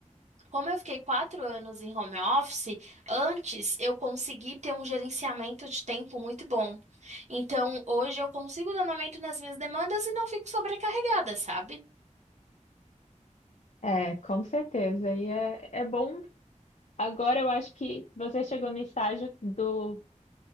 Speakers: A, on the right (about 65°); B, on the left (about 65°).
A: como eu fiquei quatro anos em home office, antes eu consegui ter um gerenciamento de tempo muito bom. Então, hoje eu consigo dar andamento nas minhas demandas e não fico sobrecarregada, sabe?
B: É, com certeza. E é, é bom. Agora eu acho que você chegou no estágio do,